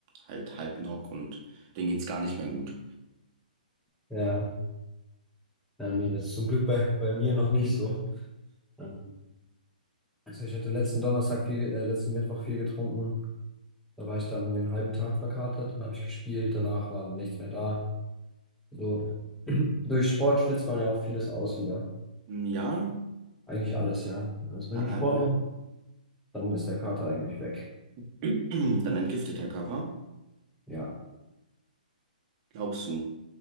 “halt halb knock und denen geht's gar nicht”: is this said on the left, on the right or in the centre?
Right